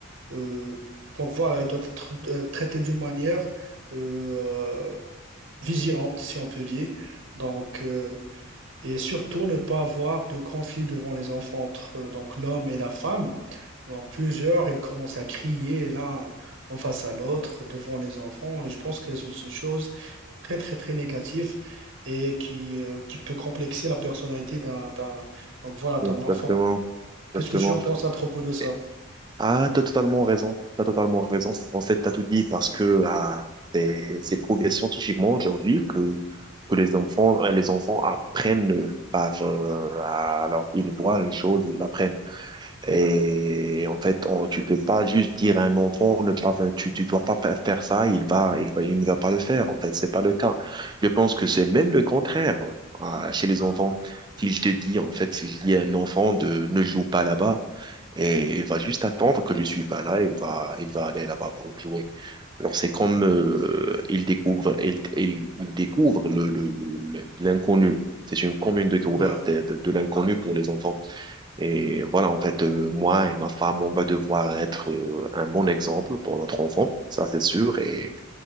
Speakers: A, on the right (about 60°); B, on the right (about 20°).
A: euh, donc voilà il doit être euh, traité d'une manière euh, vigilante si on peut dire donc euh, et surtout ne pas avoir de conflit devant les enfants entre euh, donc l'homme et la femme donc plusieurs, ils commencent à crier l'un en face à l'autre devant les enfants. Et je pense que c'est une chose très, très, très négative et qui, euh, qui peut complexer la personnalité d'un, d'un, donc voilà, d'un
B: Exactement,
A: enfant. Qu'est-ce
B: exactement.
A: que tu en penses à propos de ça?
B: Et- Ah, t'as totalement raison. T'as totalement raison. En fait, t'as tout dit parce que ah, c'est c'est prouvé scientifiquement aujourd'hui que que les enfants euh, les enfants apprennent par euh, alors ils voient une chose, ils l'apprennent.
A: Oui.
B: Et en fait, on, tu peux pas juste dire à un enfant, ne pas, tu, tu dois pas fa- faire ça, il va, il va, il ne va pas le faire. En fait, c'est pas le cas. Je pense que c'est même le contraire, quoi, à- chez les enfants. S'il te dis en fait, s'il dit à un enfant de ne joue pas là-bas, et il va juste attendre que je suis pas là, il va, il va aller là-bas pour jouer. Alors, c'est comme, euh, il découvre, il, il, il découvre le, le, le- le- l'inconnu. C'est une commune découverte
A: Ouais.
B: de, de de l'inconnu pour les enfants. Et voilà, en fait, euh, moi et ma femme, on va devoir être euh, un bon exemple pour notre enfant, ça c'est sûr. Et,